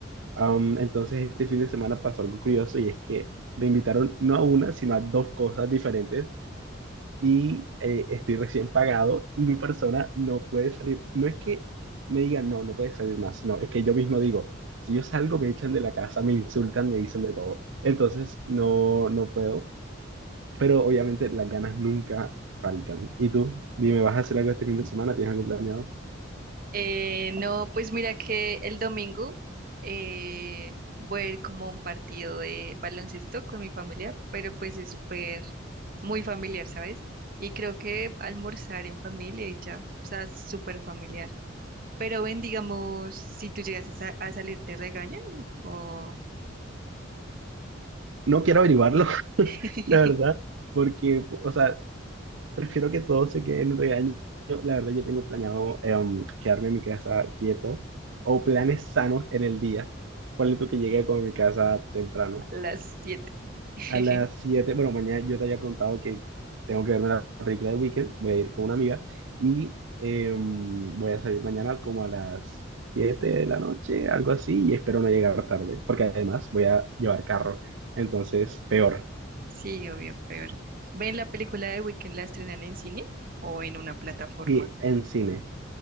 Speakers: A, on the right; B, on the right.
A: Am, entonces, este fin de semana pasó algo curioso y es que me invitaron no a una, sino a dos cosas diferentes y eh, estoy recién pagado y mi persona no puede salir. No es que me digan, no, no puede salir más, no, es que yo mismo digo, si yo salgo me echan de la casa, me insultan, me dicen de todo. Entonces, no, no puedo, pero obviamente las ganas nunca faltan. ¿Y tú? Dime, ¿vas a hacer algo este fin de semana? ¿Tienes algo planeado?
B: Eh, no, pues mira que el domingo eh, voy a ir como a un partido de baloncesto con mi familia, pero pues es súper, muy familiar, ¿sabes? Y creo que almorzar en familia y ya, o sea, es súper familiar. Pero ven, digamos, si tú llegas a, sa- a salir, ¿te regañan? O
A: No quiero averiguarlo, <laughs>
B: <laughs>
A: la verdad, porque, o sea, Prefiero que todo se quede en un regaño. Yo, La verdad, yo tengo planeado em, quedarme en mi casa quieto o planes sanos en el día. Ponle tú que llegue con mi casa temprano.
B: a las 7. <laughs>
A: A las siete bueno, mañana yo te había contado que tengo que verme la película de Weekend. Voy a ir con una amiga y em, voy a salir mañana como a las siete de la noche, algo así, y espero no llegar tarde, porque además voy a llevar carro. Entonces, peor.
B: Sí, obvio, peor. ¿Ven la película de Weekend la estrenan en cine o en una plataforma?
A: Y en cine